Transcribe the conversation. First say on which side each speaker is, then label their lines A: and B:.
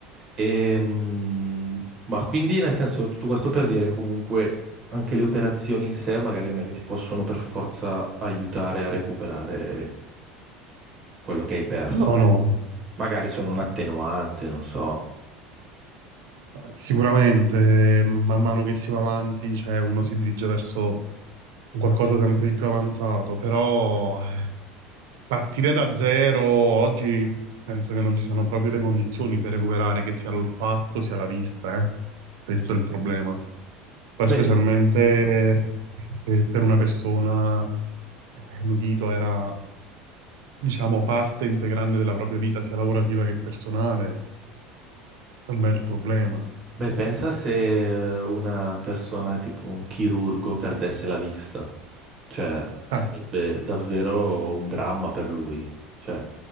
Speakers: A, on the right; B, on the right.
A: Ehm, ma quindi, nel senso, tutto questo per dire che comunque anche le operazioni in sé magari non è che ti possono per forza aiutare a recuperare quello che hai perso.
B: No,
A: perché
B: no,
A: Magari sono un attenuante, non so.
B: sicuramente man mano che si va avanti, cioè uno si dirige verso un qualcosa sempre di più avanzato, però partire da zero oggi penso che non ci siano proprio le condizioni per recuperare che sia l'olfatto sia la vista, eh. Questo è il problema. Poi
A: Beh,
B: specialmente se per una persona Eh, L'udito era, diciamo, parte integrante della propria vita, sia lavorativa che personale, è un bel problema.
A: Beh, pensa se eh, una persona tipo un chirurgo perdesse la vista, cioè sarebbe
B: Eh,
A: davvero un dramma per lui, cioè,